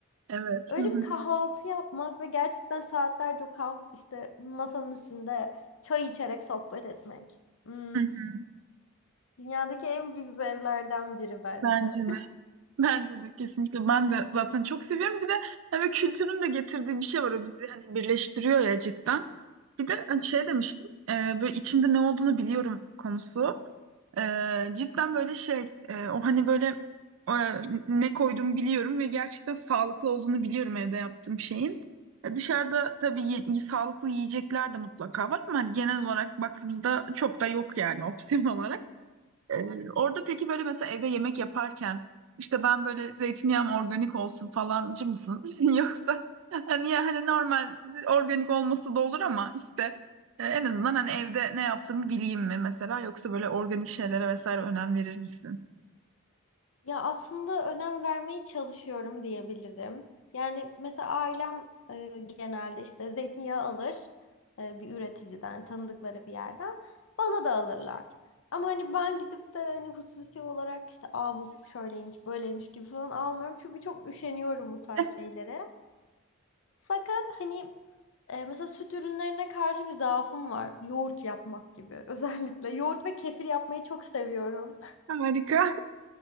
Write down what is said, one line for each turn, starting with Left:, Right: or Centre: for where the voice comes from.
Right: Evet.
Left: Öyle
Right: Hı hı.
Left: bir kahvaltı yapmak ve gerçekten saatlerce o kah işte masanın üstünde çay içerek sohbet etmek. Hmm.
Right: Hı hı.
Left: Dünyadaki en büyük zevklerden biri bence.
Right: Bence de. Bence de kesinlikle. Ben de zaten çok seviyorum. Bir de hani kültürün de getirdiği bir şey var. O bizi hani birleştiriyor ya cidden. Bir de hani şey demiştim. e, böyle içinde ne olduğunu biliyorum konusu. Ee, cidden böyle şey e, o hani böyle e, ne koyduğumu biliyorum ve gerçekten sağlıklı olduğunu biliyorum evde yaptığım şeyin. E, dışarıda tabii ye- iyi- sağlıklı yiyecekler de mutlaka var ama hani genel olarak baktığımızda çok da yok yani <laughs> opsiyon olarak. Ee, orada peki böyle mesela evde yemek yaparken işte ben böyle zeytinyağım organik olsun falancı mısın? <laughs> Yoksa hani ya hani normal organik olması da olur ama işte e, en azından hani evde ne yaptığımı bileyim mi mesela yoksa böyle organik şeylere vesaire önem verir misin?
Left: Ya aslında önem vermeye çalışıyorum diyebilirim. Yani mesela ailem e, genelde işte zeytinyağı alır e, bir üreticiden, tanıdıkları bir yerden. Bana da alırlar. Ama hani ben gidip de hani hususi olarak işte Aa, bu şöyleymiş, böyleymiş gibi falan almıyorum. Çünkü çok üşeniyorum bu tarz
Right: <laughs>
Left: şeylere. Fakat hani e, mesela süt ürünlerine karşı bir zaafım var. Yoğurt yapmak gibi <laughs> özellikle. Yoğurt ve kefir yapmayı çok seviyorum.
Right: Harika.